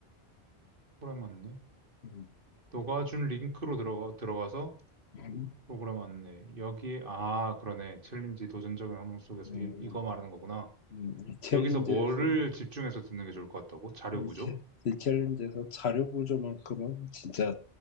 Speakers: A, on the right; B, on the left.
A: 프로그램 맞네.
B: 음.
A: 너가 준 링크로 들어가, 들어가서
B: 음.
A: 프로그램 안내. 여기, 아, 그러네. 챌린지 도전적인 환경 속에서
B: 음,
A: 이, 이거 말하는 거구나.
B: 음, 이 챌린지에서
A: 여기서 뭐를 집중해서 듣는 게 좋을 것 같다고? 자료
B: 이,
A: 구조?
B: 챌- 이 챌린지에서 자료 구조만큼은 진짜